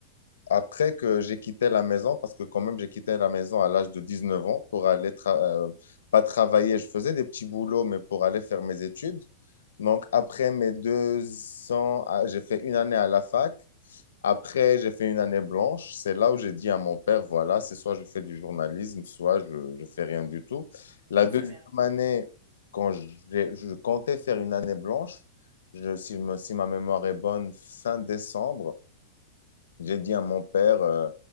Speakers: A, on the left (about 80°); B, on the right (about 75°).
A: après que j'ai quitté la maison, parce que quand même, j'ai quitté la maison à l'âge de 19 ans pour aller, tra- euh, pas travailler, je faisais des petits boulots, mais pour aller faire mes études. Donc, après mes deux ans, ah, j'ai fait une année à la fac. Après, j'ai fait une année blanche. C'est là où j'ai dit à mon père, voilà, c'est soit je fais du journalisme, soit je, je fais rien du tout. La
B: je le
A: deuxième
B: fais rien
A: année, quand j'ai- je comptais faire une année blanche, je, si, je me- si ma mémoire est bonne, fin décembre, j'ai dit à mon père, euh,